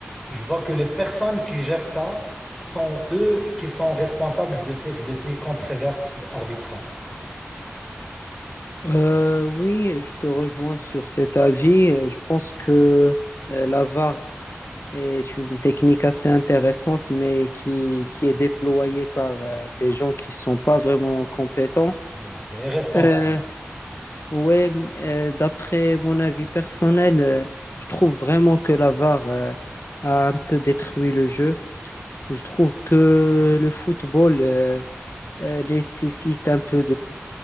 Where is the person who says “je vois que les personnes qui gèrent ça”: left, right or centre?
Centre